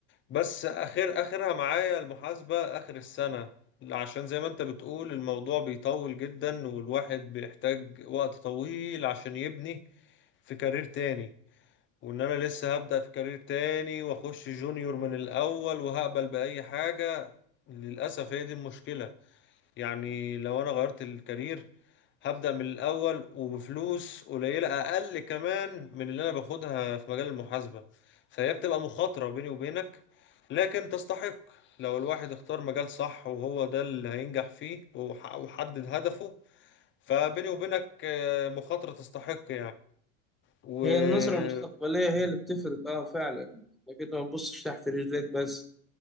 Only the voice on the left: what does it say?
بس آخر آخرها معايا المحاسبة آخر السنة عشان زي ما أنت بتقول الموضوع بيطول جدا والواحد بيحتاج وقت طويل عشان يبني في كارير تاني وان انا لسه هبدأ في كارير تاني واخش جونيور من الاول وهقبل بأي حاجة للأسف هي دي المشكلة يعني لو انا غيرت الكارير هبدأ من الاول وبفلوس قليلة اقل كمان من اللي انا باخدها في مجال المحاسبة فهي بتبقى مخاطرة بيني وبينك لكن تستحق لو الواحد اختار مجال صح وهو ده اللي هينجح فيه وح- وحدد هدفه فبيني وبينك آه، مخاطرة تستحق يعني